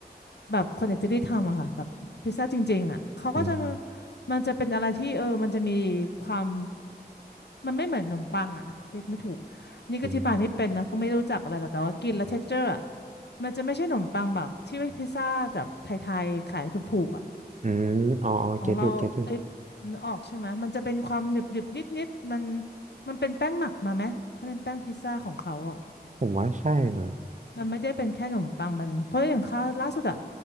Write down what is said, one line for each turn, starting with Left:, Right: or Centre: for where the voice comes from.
Left: แบบคนอิตาลีทำอะค่ะแบบพิซซ่าจริงๆอะเขาก็จะ
Right: อืม
Left: มันจะเป็นอะไรที่เออมันจะมีความ มันไม่เหมือนขนมปังอ่ะเรียกไม่ถูกนี่ก็อธิบายไม่เป็นนะก็ไม่รู้จักอะไรหรอกแต่ว่ากินแล้วเท็กเจอร์อะ
Right: อืม
Left: มันจะไม่ใช่ขนมปังแบบที่ไว้พิซซ่าแบบไทยๆขายถูกๆอ่ะ
Right: อืมอ๋ออ๋อเก็ตอยู่เก็ตอยู่
Left: ของเราไอ้ยนึกออกใช่ไหมมันจะเป็นความหนึบๆนิดๆมันมันเป็นแป้งหมักมาไหมถ้าเป็นแป้งพิซซ่าของเขาอ่ะ
Right: ผมว่าใช่นะ
Left: มันไม่ได้เป็นแค่ขนมปังมันเพราะอย่างค่าล่าสุดอะ